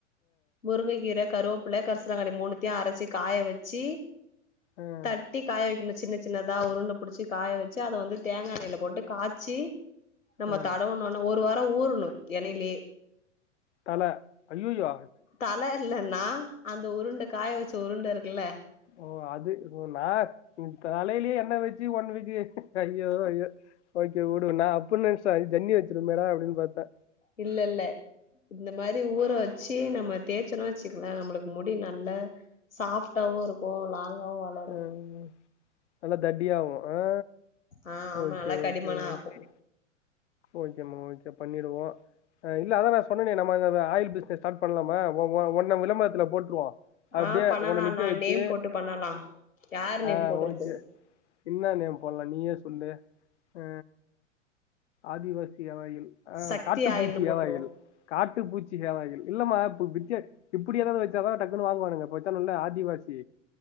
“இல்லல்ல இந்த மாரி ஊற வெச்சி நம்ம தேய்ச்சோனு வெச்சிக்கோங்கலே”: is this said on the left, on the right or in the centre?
Left